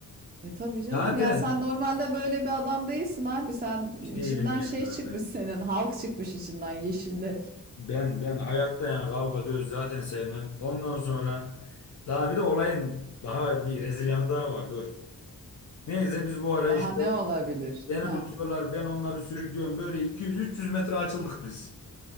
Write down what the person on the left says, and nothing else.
Zaten
hiç
değilim yani
ben
ben ben hayatta yani kavga dövüş zaten sevmem. Ondan sonra daha bir de olayın daha bir rezil yanı daha var dur. Neyse biz bu ara
işte
beni
tutuyorlar ben onları sürüklüyorum böyle 200-300 metre açıldık biz.